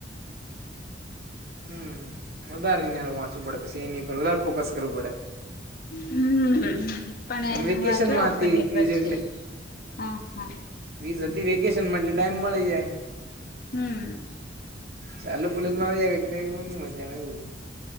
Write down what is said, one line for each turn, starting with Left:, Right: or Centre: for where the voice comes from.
Right: હમ્મવધારે ને વાંચવું પડે પછી એની પર વધારે ફોકસ કરવું પડે.
Left: હમ્મ પણ
Right: અને વેકેશનમાં
Left: વાંચવા ઉપર
Right: હતી
Left: નિર્ભર
Right: ક્વીઝ
Left: છે હ હા.
Right: ફ્રીઝ હતી વેકેશન માં એટલે ટાઈમ મળી જાય.
Left: હમ્મ.
Right: ચાલુ કોલેજમાં આવી જમાં ન મજા આવે એવું